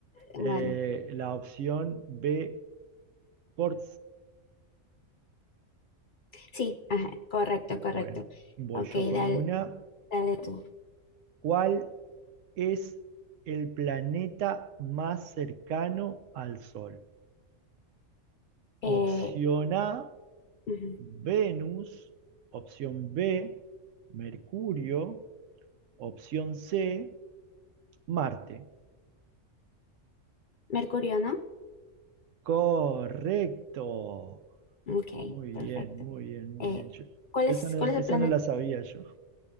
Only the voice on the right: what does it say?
Eh, la opción B, por
Bueno,
voy
yo con
una.
¿Cuál es el planeta más cercano al Sol? Opción
A,
Venus. Opción B, Mercurio. Opción C, Marte.
Correcto.
Muy bien,
muy bien, muy
bien. Yo,
yo
esa no,
esa
no la sabía yo.